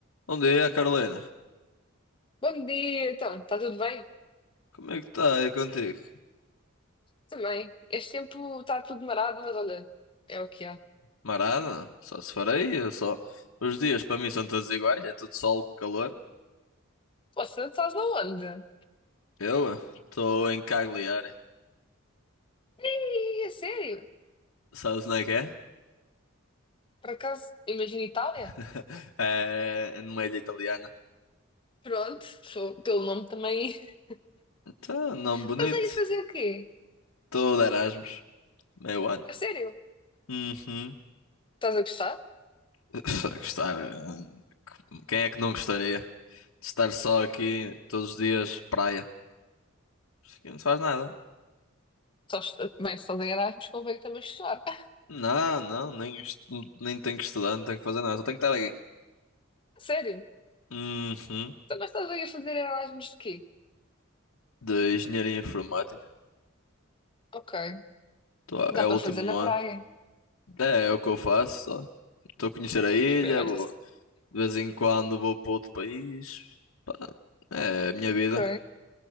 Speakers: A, on the left; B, on the left.
A: Bom dia, Carolina.
B: Bom dia, então, está tudo bem?
A: Como é que está aí contigo?
B: Também. Este tempo está tudo marado, mas olha, é o que há.
A: Marada? Só se farei, eu só. Os dias para mim são todos iguais, é tudo sol, calor.
B: Você estás aonde?
A: Eu eh, estou em Cagliari.
B: Ih, é sério?
A: Sabes onde é que é?
B: Por acaso, imagina Itália?
A: <laughs> É numa ilha italiana.
B: Pronto, sou- pelo nome também. <laughs>
A: Então, nome
B: Estás
A: bonito.
B: aí a fazer o quê?
A: Estou de Erasmus. Meio ano.
B: A sério?
A: Uhum.
B: Estás a gostar?
A: <laughs> Gostar. eh, Quem é que não gostaria? de Estar só aqui todos os dias, praia. Isto aqui não se faz nada.
B: Só, est- bem, se estás em Erasmus, convém também estudar. <laughs>
A: Não, não, nem, estu- nem tenho que estudar, não tenho que fazer nada, só tenho que estar aqui.
B: A sério?
A: Uhum.
B: Então, Mas estás aí a fazer Erasmus de quê?
A: De engenharia informática.
B: Ok,
A: Tô-
B: dá
A: é o
B: para
A: último
B: fazer na
A: ano.
B: praia.
A: É, é o que eu faço, só. Estou a conhecer
B: <laughs>
A: a ilha,
B: Esperto.
A: vou- de vez em quando vou para outro país. Pá, é a minha vida.
B: Ok,